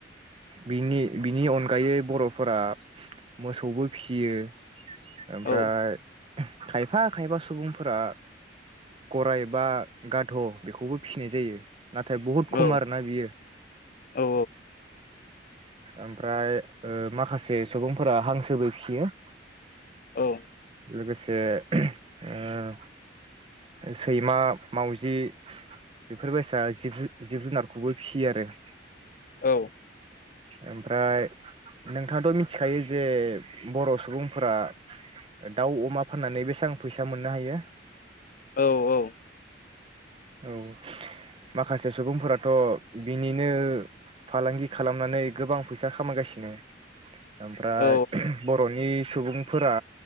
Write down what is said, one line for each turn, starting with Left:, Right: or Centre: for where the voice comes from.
Right: बिनि-बिनि अनगायै बरफोरा मोसौबो फियो ओमफ्राय
Left: औ
Right: खायफा-खायफा सुबुंफोरा गराय बा गाद बेखौबो फिनाय जायो नाथाय बहुद खम
Left: औ
Right: आरो ना बियो
Left: औ
Right: ओमफ्राय ओ माखासे सुबुंफोरा हांसोबो फियो
Left: औ
Right: लोगोसे ओ सैमा मावजि बेफोरबाय आसा जिब जि जुनार खौबो फियो आरो एहे
Left: औ
Right: ओमफ्राय नोंथाङाथ मिथिखायो जे बर सुबुंफोरा दाउ अमा फाननानै बेसेबां फैसा मोननो हायो
Left: औ-औ
Right: औ माखासे सुबुंफोराथ बिनिनो फालांगि खालामनानै गोबां फैसा खामायगासिनो ओमफ्राय
Left: औ
Right: <unintelligible> बर'नि सुबुंफोरा